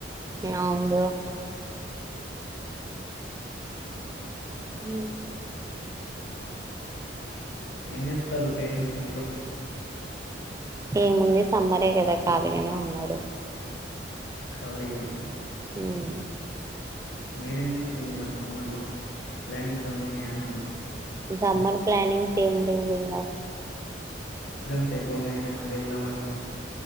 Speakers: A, on the right (about 20°); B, on the left (about 80°).
A: అవును బ్రో ఊ
B: ఏం చేస్తాళ్ళు పేరెంట్స్ ఇంట్లో
A: ఏముంది సమ్మరే కదా ఖాళీగానే ఉన్నారు
B: ఖాళీగానా
A: ఉమ్మ్
B: మీరేం చేస్తున్ను మరి సమ్మర్లో ప్లానింగ్స్ ఏమైన్నున్నయా అంటున్నా
A: సమ్మర్ ప్లానింగ్స్ ఏం లెవ్ ఇంగ
B: ఎగ్సామ్స్ ఐపోంగానే ఎటన్న వెళ్దామని